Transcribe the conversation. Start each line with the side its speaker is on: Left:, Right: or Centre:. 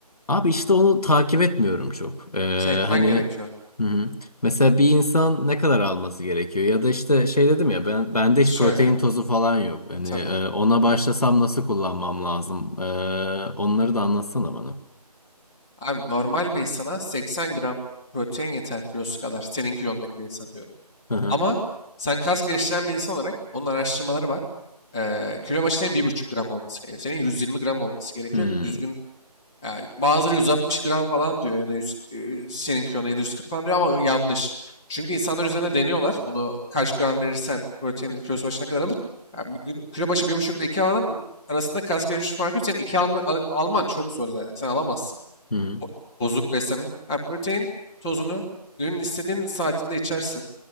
Left: Abi işte onu takip etmiyorum çok. Ee,
Centre: Şey etmen
Left: hani
Centre: gerekiyor.
Left: hı hı. Mesela bir insan ne kadar alması gerekiyor? Ya da işte şey dedim ya ben bende hiç
Centre: Şöyle.
Left: protein tozu falan yok. Hani
Centre: Tabii.
Left: e, ona başlasam nasıl kullanmam lazım? Ee, onları da anlatsana bana.
Centre: Abi normal bir insana 80 gram protein yeter kilosu kadar. Senin kilondaki bir insan diyorum.
Left: Hı hı.
Centre: Ama sen kas geliştiren bir insan olarak onun araştırmaları var. Ee, kilo başı senin bir buçuk gram olması gerekiyor. Senin 120 gram olması gerekiyor.
Left: Hmm.
Centre: ki Düzgün Yani bazıları 160 gram falan diyor ya da 100, e, senin kilona ya da 140 falan diyor ama yanlış. Çünkü insanlar üzerine deniyorlar. Bunu kaç gram verirsen proteinin kilosu başına kadar alır. Yani bir gün- kilo başı 1,5 ile 2 alanın arasında kas gelişmiş farkı yok. Senin 2 alma, al- alman çok zor zaten. Sen alamazsın.
Left: Hı hı.
Centre: O, bozuk beslenme. Yani protein tozunu günün istediğin saatinde içersin.